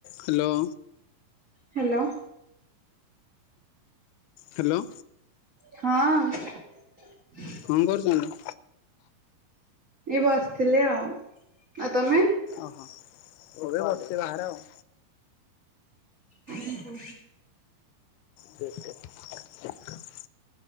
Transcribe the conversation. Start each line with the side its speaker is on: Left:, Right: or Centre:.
Left: <inaudible> Hello.
Right: Hello.
Left: Hello.
Right: ହଁ।
Left: କଣ କରୁଛନ୍ତି?
Right: ଏଇ ବସିଥିଲି ଆଉ। ଆଉ ତମେ?
Left: ଅହୋ, ମୁଁ ବି ବସିଛି ବାହାରେ ଆଉ।
Right: ହୁଁ ହୁଁ
Left: ଠିକ୍ ଠିକ୍।